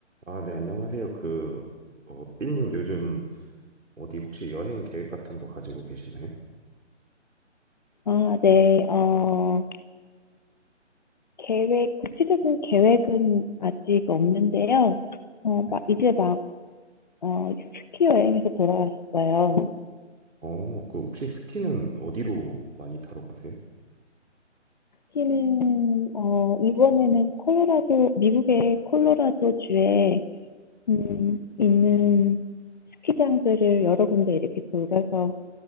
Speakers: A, on the right (about 90°); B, on the left (about 35°).
A: 아, 네, 안녕하세요. 그, 어, 삐님 요즘 어디 혹시 여행 계획 같은 거 가지고 계시나요?
B: 아, 네. 어, 계획, 구체적인 계획은 아직 없는데요. 어,
A: 네.
B: 막, 이제 막, 어, 스키 여행에서 돌아왔어요.
A: 어, 그 혹시 스키는 어디로 많이 타러 가세요?
B: 스키는, 어, 이번에는 콜로라도, 미국의 콜로라도 주에, 음, 있는 스키장들을 여러 군데 이렇게 돌아서,